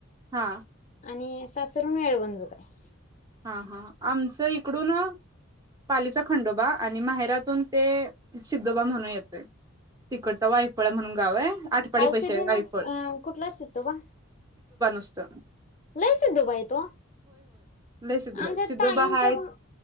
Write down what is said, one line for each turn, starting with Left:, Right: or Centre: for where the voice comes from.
Right: हा
Left: आणि सासर हुन येळवण जोग हाय
Right: हा हा आमचं इकडून, पालीचा खंडोबा आणि माहेरातून ते सिद्धोबा म्हणून येतोय, तिकडचं वायफळ म्हणून गाव आहे, आठपाडी
Left: हयसिद्धी
Right: पैसे आहे वायफळ
Left: नाथ कुटला सितोबा
Right: असत
Left: लैसिद्धू बायतो
Right: लय सिद्धोबा
Left: आमच्या
Right: आहेत. सिद्धोबा
Left: ताईंचा
Right: हाय
Left: पण